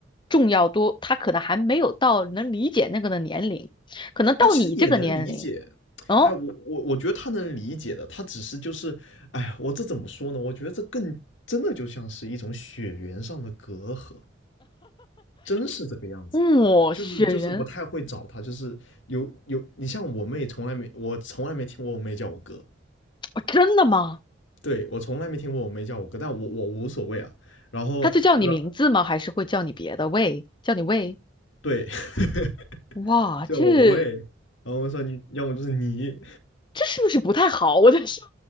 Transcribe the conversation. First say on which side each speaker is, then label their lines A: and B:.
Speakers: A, on the left (about 25°); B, on the left (about 75°).
A: 重要多，他可能还没有到能理解那个的年龄，可能到你这个年龄，
B: 他其实也能理解。
A: 哦，
B: 哎，我我我觉得他能理解的，他只是就是，哎，我这怎么说呢？我觉得这更真的就像是一种血缘上的隔阂，真是这个样子。
A: 哇、
B: 就是就是不太会找他，
A: 雪缘，
B: 就是有有你像我妹从来没我从来没听过我妹叫我哥，
A: 哦真的吗？
B: 对我从来没听过我妹叫我哥，但我我无所谓啊。然后然
A: 他就叫你名字吗？还是会叫你别的？喂，叫你喂？
B: 对 <laughs>
A: 哇，
B: 叫我喂，
A: 这
B: 然后我说你要么就是你，
A: 这是不是不太好？我在想，